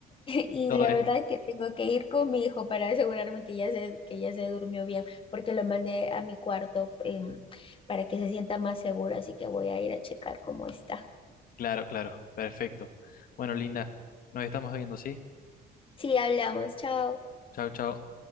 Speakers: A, on the left; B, on the left.
A: Y
B: todo
A: la
B: es
A: verdad es que tengo que ir con mi hijo para asegurarme que ya se, que ya se durmió bien, porque lo mandé a mi cuarto em, para que se sienta más seguro, así que voy a ir a checar cómo está.
B: Claro, claro, perfecto. Bueno, Linda, nos estamos viendo, ¿sí?
A: Sí, hablamos, chao.
B: Chao, chao.